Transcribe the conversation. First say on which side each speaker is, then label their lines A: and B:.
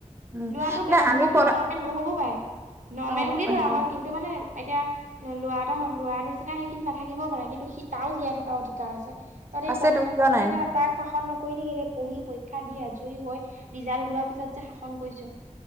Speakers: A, on the right (about 20°); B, on the right (about 80°).
A: উম,
B: লৰাটো বেলেগণী
A: নাই আমি
B: খিনি
A: পল
B: নৰ্মেল নহ'ব পাৰে নৰ্মেল
A: নহ'ব
B: বুলিয়ে
A: পাৰে
B: ধৰা হয়
A: অ,
B: কিন্তু মানে এতিয়া ল'ৰা এটা হ'ললৰা নিচিনা সেইখিনি নাথাকিবও পাৰে কিন্তু সি তাও জীয়াই থকাৰ অধিকাৰ আছে তহতি
A: আছেতো
B: পঢ়ি থাকো
A: কিয়
B: তেনে
A: নাই
B: তাক শাসন নকৰিলি কেলে পঢ়ি পৰীক্ষা দি আজ জৰি হৈ ৰিজাল্ট ওলোৱাৰ পিছত যে শাসন কৰিছ